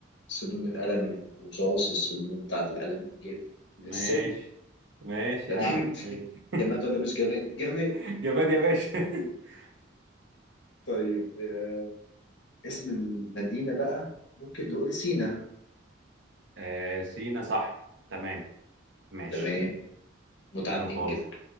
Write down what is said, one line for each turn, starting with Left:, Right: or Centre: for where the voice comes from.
Left: سنون القلم الرصاص السنون بتاعة القلم الجاف
Right: ماشي
Left: السن
Right: ماشي
Left: تمام
Right: يا عم ماشي.
Left: <laughs> جماد ولا مش جماد جماد
Right: <laughs> جماد يا باشا <laughs>
Left: طيب آه، اسم المدينة بقى ممكن نقول سينا
Right: آه سينا صح تمام ماشي
Left: تمام متعدين
Right: حلو خالص
Left: كده